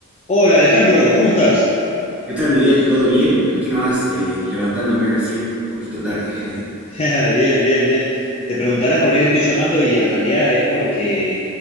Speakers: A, on the left; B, in the centre.
A: Hola Alejandro, ¿cómo estás?
B: ¿Qué tal, Miguel? ¿Todo bien? Aquí nomás eh, levantándome recién, un poquito tarde. <laughs>
A: <laughs> Bien, bien, bien. Te preguntarás por qué te estoy llamando y en realidad es porque